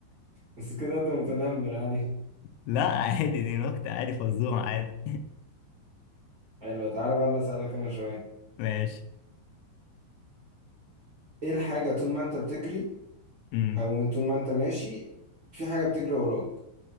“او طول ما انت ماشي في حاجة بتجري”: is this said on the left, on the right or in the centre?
Right